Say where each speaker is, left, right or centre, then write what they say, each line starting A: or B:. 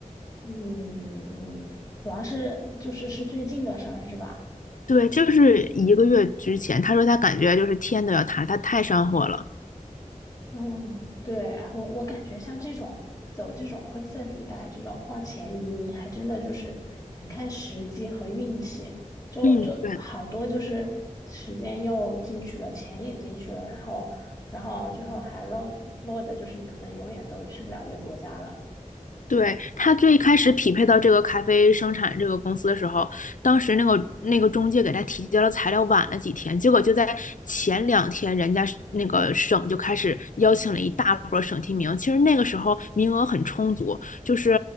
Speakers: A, on the left; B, on the left.
A: 嗯嗯，主要是就是是最近的事儿是吧？
B: 对，就是一个月之前，他说他感觉就是天都要塌了，他太上火了。
A: 嗯，对，我我感觉像这种走这种灰色地带，这种花钱移民，还真的就是很看时机和运气。就就好多就是时间又进去了，
B: 嗯，对，
A: 钱也进去了，然后然后最后还落落的就是你可能永远都去不了这个国家了。
B: 对，他最开始匹配到这个咖啡生产这个公司的时候，当时那个那个中介给他提交了材料晚了几天，结果就在前两天，人家是那个省就开始邀请了一大波省提名。其实那个时候名额很充足，就是